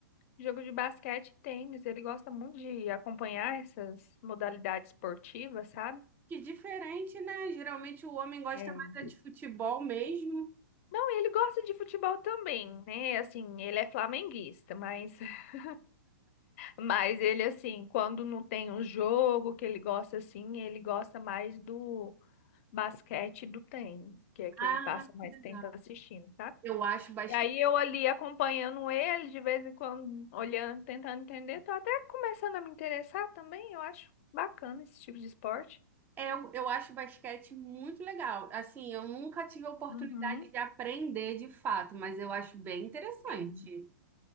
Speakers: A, on the left; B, on the right.
A: Jogo de basquete e tênis, ele gosta muito de acompanhar essas modalidades esportivas, sabe?
B: Que diferente, né? Geralmente o homem gosta
A: É.
B: mais é de futebol mesmo.
A: Não, ele gosta de futebol também, né? Assim, ele é flamenguista, mas, <laughs> mas ele, assim, quando não tem um jogo que ele gosta, assim, ele gosta mais do basquete e do tênis, que é que
B: Ah,
A: ele passa mais
B: que legal.
A: tempo assistindo, sabe?
B: Eu acho basquete.
A: E aí eu ali acompanhando ele, de vez em quando, olhando, tentando entender, tô até começando a me interessar também, eu acho bacana esse tipo de esporte.
B: É, Eu, eu acho basquete muito legal. Assim, eu nunca tive a oportunidade
A: Uhum,
B: de aprender de fato, mas eu acho bem interessante.
A: sim,